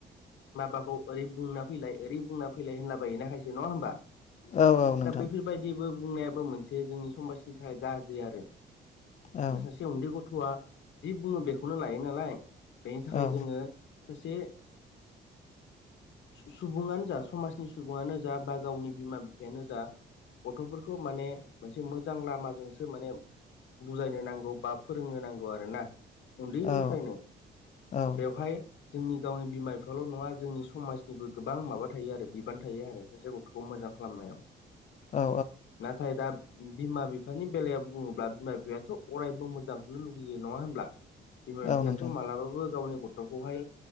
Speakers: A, on the left; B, on the left.
A: माबाखौ ओरै बुंना फैलाय ओरै बुंना फैलाय होनलाबाय हैनोखायसो नङा होनबा?
B: औ औ नोंथां
A: दा बैफोरबायदिबो बुंनायाबो मोनसे जोंनि समाजनि थाखाय गाज्रि आरो
B: औ
A: फ्राय सासे उन्दै गथ'आ जि बुंङो बेखौनो लायो नालाय बेनि थाखाय
B: औ
A: जोंङो ससे सुबुङांनो जा समाजनि सुबुंङानो जा बा गावनि बिमा बिफायानो जा गथ'फोरखौ माने से मोजां लामाजोंसो माने बुजायनो नांगौ बा फोरोंनो नांगौ आरो ना? उन्दैनिफ्रायनो
B: औ औ
A: बेवहाय जोंनि गावनि बिमा बिफाल' नङा जोंनि समाजनिबो गोबां माबा थायो आरो बिबान थायो आरो सासे गथ'खौ मोजां खालामनायाव
B: औ
A: नाथाय दा बिमा बिफानि बेलायाव बुंङोब्ला बिमा बिफायाथ' अरायबो मोजां होनो लुगैयो नङा होनब्ला? बिमा बिफायाथ'
B: औ नोंथां
A: मालाबाबो गावनि गथ'खौहाय